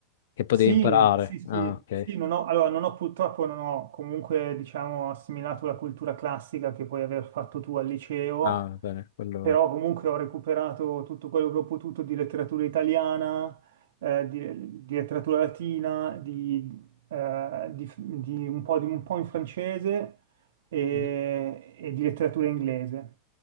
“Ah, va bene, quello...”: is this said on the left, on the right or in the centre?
Left